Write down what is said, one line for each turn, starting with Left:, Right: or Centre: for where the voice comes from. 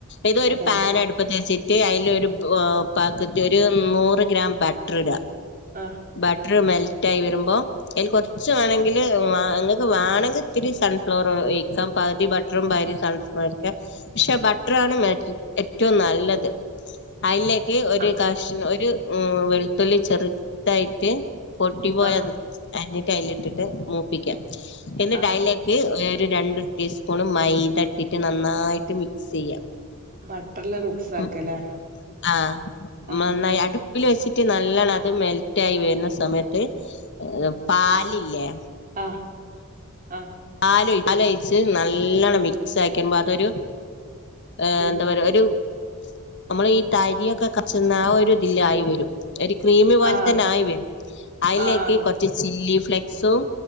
Left: ഇതൊരു
Right: അതല്ല
Left: പാൻഅടു പ്പത്തിവെച്ചിട്ട് അയിലൊരു പ മ് പകുതി ഒരു നൂറ് ഗ്രാം ബട്ടർ ഇട
Right: ആഹ്
Left: ബട്ടറ്മെൽറ്റ് ആയി വരുമ്പോ അതില്കൊറച്ച് മാണങ്കില് ങ്ങക്ക് വാണെങ്കിത്തിരി സൺഫ്ലോറ് ഒയിക്കാം പകുതി ബട്ടറൂം പകുതി സൺഫ്ലോ പക്ഷെ ബട്ടറാണ് മേ ഏറ്റവും നല്ലത് അയിലേക്ക് ഒര്
Right: ആഹ്
Left: ക ക്ഷ ഒര് വെളുത്തുള്ളി ചെറുതായിട്ട് പൊട്ടിപോയത്
Right: ആഹ്
Left: എന്നിട്ട് അയില് ഇട്ടിട്ട് മൂപ്പിക്ക എന്നിട്ട്
Right: ആഹ്
Left: അയിലെ ക്ക് ഒര് രണ്ട് ടീസ്പൂൺ മൈത ഇട്ടിട്ട് നന്നായിട്ട് മിക്സ് ചെയ്യാം.
Right: ബട്ടർല് മിക്സ്
Left: മ്
Right: ആക്കലേ
Left: ആഹ്
Right: ആഹ്
Left: മന്നായി അടു ടുപ്പില് വെച്ചിട്ട് നല്ലണ്ണം അത് മെൽറ്റ് ആയി വരുന്ന സമയത്ത്
Right: ഉം
Left: പാലില്ലേ
Right: ആഹ് ആഹ്
Left: പാലോഴിച്ച് ലോഴിച്ച് നല്ലവണ്ണം മിക്സ്
Right: ഉം
Left: ആക്കിയ്പോ അതൊരു ഏഹ്
Right: ഉം
Left: എന്താ പറയാ ഒരു നമ്മള് ഈ താരിയൊക്കെ കച്ചന്ന ആ ഒരു ഇതിലആയി വരും. ഒരു ക്രീംമി പോലെ
Right: ആഹ്
Left: തന്നെ ആയി വരും അയിലേക്ക്
Right: ആഹ്
Left: കൊറച്ച് ചില്ലി ഫ്ലെക്സും